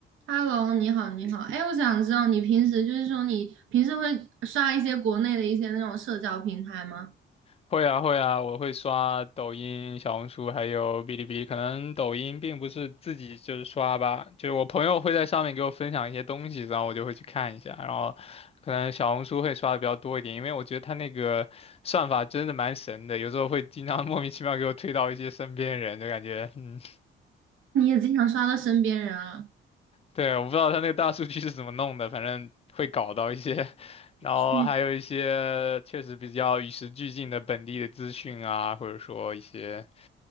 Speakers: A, on the right (about 80°); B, on the left (about 30°).
A: Hello，你好，你好。哎，我想知道你平时就是说你平时会刷一些国内的一些那种社交平台吗？
B: 会啊会啊，我会刷抖音、小红书，还有哔哩哔哩。可能抖音并不是自己就是刷吧，就是我朋友会在上面给我分享一些东西，然后我就会去看一下。然后可能小红书会刷的比较多一点，因为我觉得它那个算法真的蛮神的，有时候会经常 <laughs> 莫名其妙给我推到一些身边人，就感觉嗯，
A: 你也经常刷到身边人啊？
B: 对，我不知道它那个大数据是怎么弄的，反正会搞到一些。然后还有一些确实比较与时俱进的本地的资讯啊，
A: 去，
B: 或者说一些。